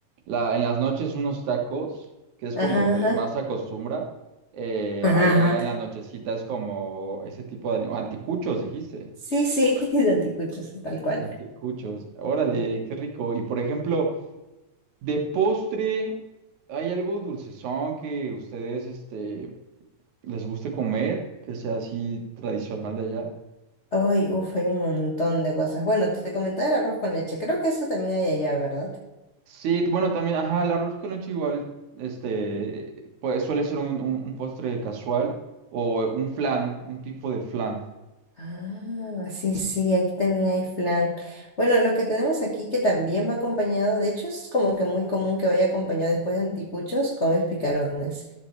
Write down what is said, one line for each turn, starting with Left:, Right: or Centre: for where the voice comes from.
Right: la, en las noches unos tacos, que es
Left: Ajá,
Right: como
Left: ajá.
Right: de- más acostumbra, eh,
Left: Ajá,
Right: allá
Left: ajá.
Right: en la nochecita es como ese tipo de, anticuchos, dijiste,
Left: Sí, sí, <laughs> de anticuchos, tal cual.
Right: anticuchos, órale, qué rico, y por ejemplo, de postre, ¿hay algo dulcezón que ustedes, este, les guste comer, que sea así tradicional de allá?
Left: Ay, uff, hay un montón de cosas. Bueno, te comentaba el arroz con leche. Creo que eso también hay allá, ¿verdad?
Right: Sí, bueno, también, ajá, el arroz con leche igual, este, pues suele ser un, un- un postre casual o un flan, un, un tipo de flan.
Left: Ah, sí, sí, aquí también hay flan. Bueno, lo que tenemos aquí que también va acompañado, de hecho es como que muy común que vaya acompañado después de anticuchos, comes picarones,